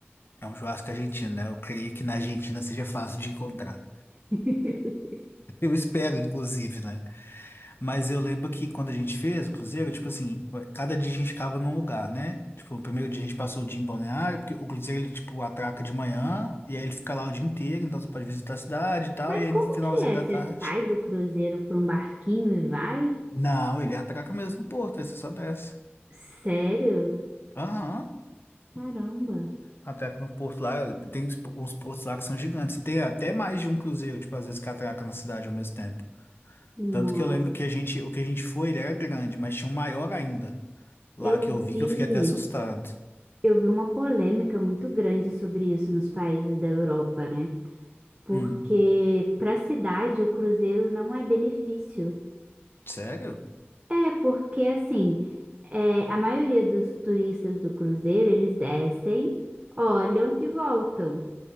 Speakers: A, on the left; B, on the right.
A: é um churrasco argentino, né? Eu creio que na Argentina seja fácil de encontrar.
B: <laughs>
A: Eu espero, inclusive, né? Mas eu lembro que quando a gente fez o cruzeiro, tipo assim, eh, cada dia a gente ficava num lugar, né? Tipo, o primeiro dia a gente passou o dia em Balneário, porque o cruzeiro ele, tipo, atraca de manhã, e aí ele fica lá o dia inteiro, então você pode visitar a cidade e tal,
B: Mas
A: e aí
B: como
A: no finalzinho
B: que é?
A: da
B: Você
A: tarde.
B: sai do cruzeiro para um barquinho e vai?
A: Não, ele atraca mesmo no porto, aí você só desce.
B: Sério?
A: Aham.
B: Caramba.
A: Atraca no porto lá, tem uns uns portos lá que são gigantes. Tem até mais de um cruzeiro, tipo, às vezes que atraca na cidade ao mesmo tempo.
B: Nossa,
A: Tanto que eu lembro que a gente, o que a gente foi, ele era grande, mas tinha um maior ainda, lá
B: eu
A: que eu vi
B: vi,
A: que eu fiquei até assustado.
B: eu vi uma polêmica muito grande sobre isso nos países da Europa, né? Porque
A: Hum.
B: para a cidade o cruzeiro não é benefício.
A: Sério?
B: É, porque assim, é, a maioria dos turistas do cruzeiro, eles descem, olham e voltam.